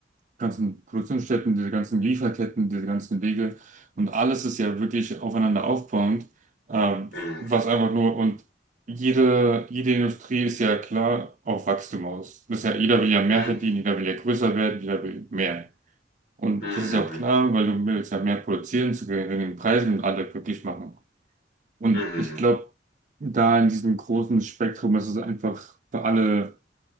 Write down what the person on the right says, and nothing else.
ganzen Produktionsstätten, diese ganzen Lieferketten, diese ganzen Wege und alles ist ja wirklich aufeinander aufbauend, ähm,
was einfach nur und jede, jede Industrie ist ja klar auf Wachstum aus. Das ist ja, jeder will ja mehr
verdienen, jeder will ja größer werden, jeder will mehr. Und
das ist ja auch klar, weil du willst ja mehr produzieren zu geringen Preisen und alle glücklich machen. Und
ich glaube, da in diesem großen Spektrum ist es einfach für alle